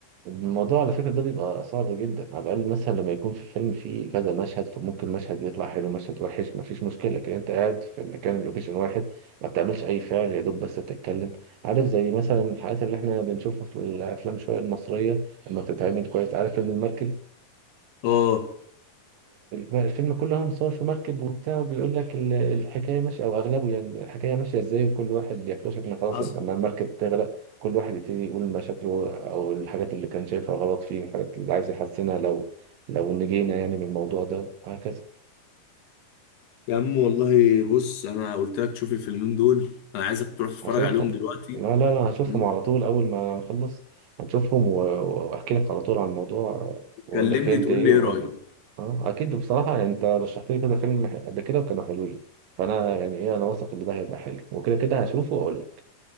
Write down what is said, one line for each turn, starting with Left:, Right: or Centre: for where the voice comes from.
Right: الموضوع على فكره ده بيبقى صعب جدا على الاقل مثلا لما يكون في الفيلم فيه كذا مشهد فممكن مشهد يطلع حلو مشهد وحش ما فيش مشكله لكن انت قاعد في مكان لوكيشن واحد ما بتعملش اي فعل يا دوب بس بتتكلم عارف زي مثلا الحاجات اللي احنا بنشوفها في الافلام شويه المصريه لما بتتعمل كويس عارف فيلم المركب
Left: اه
Right: الفيلم كله مصور في مركب وبتاع وبيقول لك ال- الحكايه ماشيه او اغلبه يعني الحكايه ماشيه ازاي وكل واحد يكتشف ان خلاص
Left: حصل
Right: لما المركب تغرق كل واحد يبتدي يقول مشاكله او الحاجات اللي كان شايفها غلط فيه الحاجات اللي عايز يحسنها لو لو نجينا يعني من الموضوع ده وهكذا
Left: يا عم والله بص انا قلت لك تشوف الفيلمين دول انا عايزك تروح تتفرج
Right: هشوفهم
Left: عليهم دلوقتي
Right: لا لا لا هشوفهم
Left: تمام؟
Right: على طول أول ما أخلص هشوفهم و- و- وأحكي لك على طول عن الموضوع وأقول
Left: كلمني
Right: لك فهمت
Left: تقول
Right: إيه
Left: لي ايه
Right: وأقول
Left: رأيك
Right: لك أه أكيد بصراحة يعني أنت رشحت لي كذا فيلم ح- قبل كده وكانوا حلوين فأنا يعني إيه أنا واثق إن ده هيبقى حلو وكده كده هشوفه وأقول لك